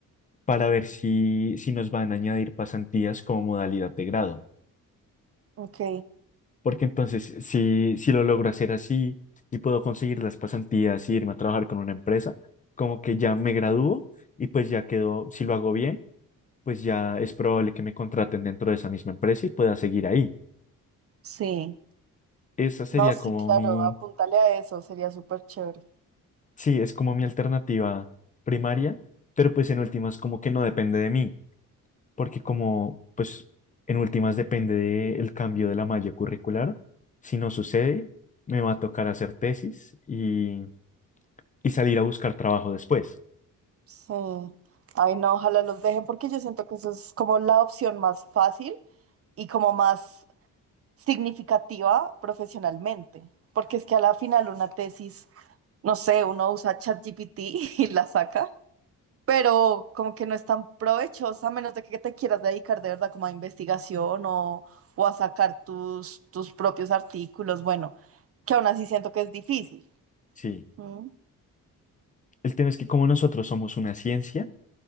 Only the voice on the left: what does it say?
para ver si, si nos van a añadir pasantías como modalidad de grado.
Porque entonces, si, si lo logro hacer así y puedo conseguir las pasantías y irme a trabajar con una empresa, como que ya me gradúo y pues ya quedo, si lo hago bien, pues ya es probable que me contraten dentro de esa misma empresa y pueda seguir ahí.
Esa sería
como
mi,
sí, es como mi alternativa primaria, pero pues en últimas como que no depende de mí, porque como pues en últimas depende del cambio de la malla curricular, si no sucede, me va a tocar hacer tesis y y salir a buscar trabajo después.
Sí.
El tema es que como nosotros somos una ciencia,